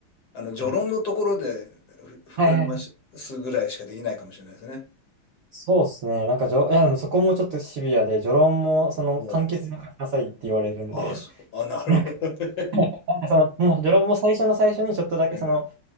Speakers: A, on the left; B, on the right.
A: あの序論のところでふ膨らますぐらいしかできないかもしれないですね。
B: はいはいはいそうですね。なんかじょ、いや、でもそこもちょっとシビアで、序論も、その、
A: おう
B: 簡潔に書きなさいって言われるんで、
A: あ、そう、あ、なるほどね。
B: なんか、なんかその、もう序論も最初の最初にちょっとだけ、
A: <laughs> うん、
B: その、